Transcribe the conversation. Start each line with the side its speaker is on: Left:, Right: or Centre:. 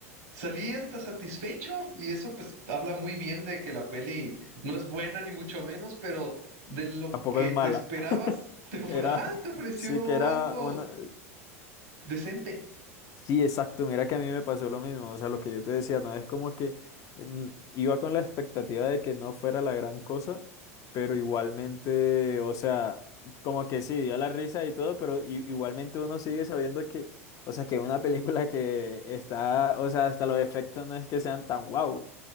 Right: Salí hasta satisfecho y eso pues habla muy bien de que la peli no es buena ni mucho menos, pero de lo
Left: Tampoco
Right: que
Left: es mala.
Right: te esperabas,
Left: <laughs>
Right: te, ofre-
Left: Era,
Right: ajá, te ofreció
Left: sí que era
Right: algo
Left: una...
Right: decente.
Left: Sí, exacto, mira que a mí me pasó lo mismo. O sea, lo que yo te decía, no es como que mm, iba con la expectativa de que no fuera la gran cosa, pero igualmente, o sea, como que sí, dio la risa y todo, pero i- igualmente uno sigue sabiendo que, o sea, que una película que está, o sea, hasta los efectos no es que sean tan guau.